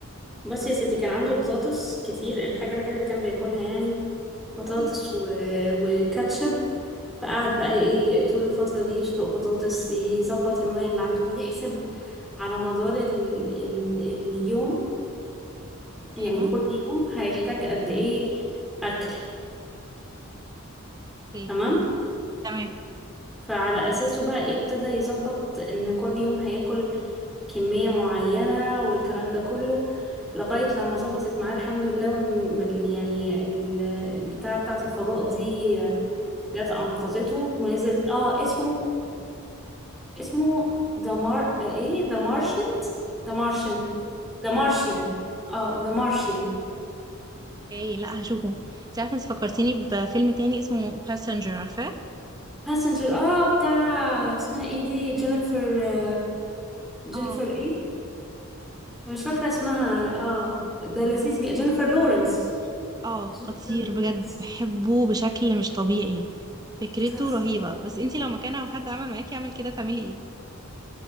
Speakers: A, in the centre; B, on the right.
A: بصي يا ستي كان عنده بطاطس كتير الحاجه الوحيده اللي كان بياكلها يعني
B: اوكي
A: بطاطس و... وكاتشب فقعد بقى ايه طول الفترة دي يسلق بطاطس يظبط المية اللي عنده ويحسب على مدار ال... ال... اليوم يعني
B: ايوه
A: كل يوم هيحتاج قد ايه أكل
B: اوكي
A: تمام
B: تمام
A: فعلى أساسه بقى ايه ابتدى يظبط إن كل يوم هياكل كمية معينة والكلام ده كله لغاية لما ظبطت معاه الحمد لله وال وال- يعني ال- البتاعة بتاعة الفضاء دي جت أنقذته ونزلت اه اسمه اسمه ذا مار ايه ذا مارشنت ذا مارشن ذا مارشيان اه ذا مارشيان
B: اوكي لا هشوفه انت عارفه انت فكرتيني بفيلم تاني اسمه باسنجر عارفاه
A: باسنجر اه بتاع اسمها ايه دي جينيفر آه، جينيفر
B: اه
A: ايه أنا مش فاكرة اسمها اه ده لذيذ ج- جينيفر
B: خطير
A: لورنس
B: اه
A: جينيفر
B: خطير بجد
A: لورنس
B: بحبه بشكل مش طبيعي فكرته
A: بتهزري
B: رهيبه بس انت لو مكانها وحد عمل معاكي يعمل كده تعملي ايه